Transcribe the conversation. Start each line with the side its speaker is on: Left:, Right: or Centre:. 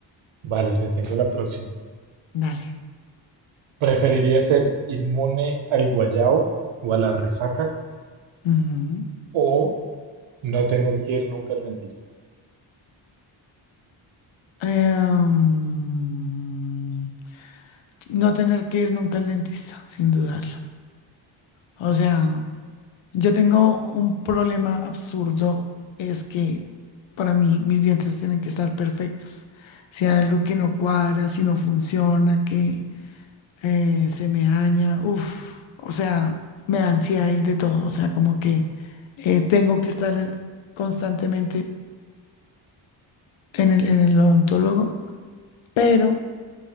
Right: Vale, le tengo la próxima.
Left: Dale.
Right: ¿Preferiría ser inmune al guayao o a la resaca
Left: Ujú.
Right: o no tener que ir nunca al dentista?
Left: Em, no tener que ir nunca al dentista, sin dudarlo. O sea, yo tengo un problema absurdo, es que para mí mis dientes tienen que estar perfectos. Si hay algo que no cuadra, si no funciona, que eh, se me daña, uff, o sea, me da ansiedad y de todo, o sea, como que eh, tengo que estar constantemente en el, en el odontólogo, pero